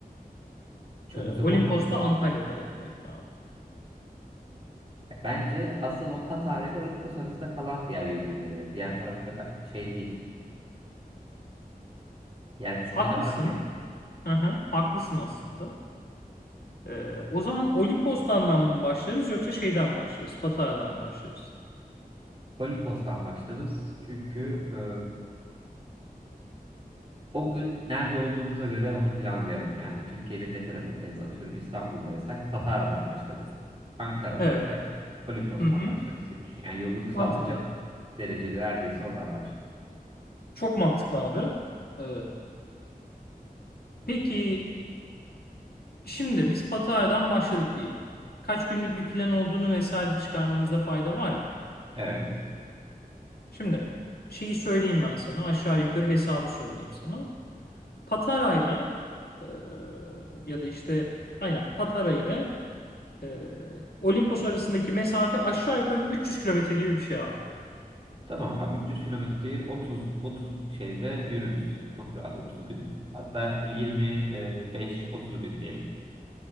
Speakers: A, on the right; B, on the left.
A: Çok
B: E,
A: uzak
B: Olimpos
A: olmaması
B: da
A: lazım
B: Antalya
A: ya.
B: tarafına yakın abi.
A: Ya Bence asıl o Patara ile Olimpos arasında kalan diğer yürümeleri. Diğer tarafta ka- şey değil. Diğer kısımda
B: Haklısın.
A: ne var ki?
B: Hı hı, haklısın aslında. E, o zaman Olimpos'tan mı başlarız yoksa şeyden mi başlarız? Patara'dan mı başlarız?
A: Olimpos'tan başlarız. Çünkü e, o gün nerede olduğumuza göre onu planlayalım. Yani Türkiye'nin ne tarafındayız? Atıyorum İstanbul'daysak Patara'dan başlarız. Ankara'daysak
B: Evet.
A: Olimpos'tan
B: Hı hı.
A: başlarız diye düşün. Yani yolu kısaltacak
B: Mantıklı.
A: derecede neredeyse oradan başlayalım.
B: Çok mantıklı abi. Ee, peki şimdi biz Patara'dan başladık değil Kaç günlük bir plan olduğunu vesaire çıkarmamızda fayda var ya.
A: Evet.
B: Şimdi şeyi söyleyeyim ben sana. Aşağı yukarı hesabı söyleyeyim sana. Patara'yla e, ya da işte aynen Patara ile e, Olimpos arasındaki mesafe aşağı yukarı 300 kilometre gibi bir şey abi.
A: Tamam abi 300 kilometreyi 30 30 şeyde yürürüz. Çok rahat 30 günde. Hatta 25-30 gün diyelim.